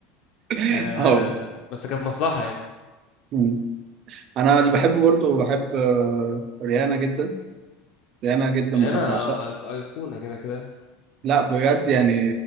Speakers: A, on the right; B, on the left.
A: <laughs>
B: آه
A: اه
B: بس كانت مصلحة يعني
A: مم. انا اللي بحبه برضو بحب آه، ريانا جدا ريانا جدا
B: يعني
A: بحب
B: أنا
A: اعشقها
B: أيق- أيقونة كده كده
A: لا بجد يعني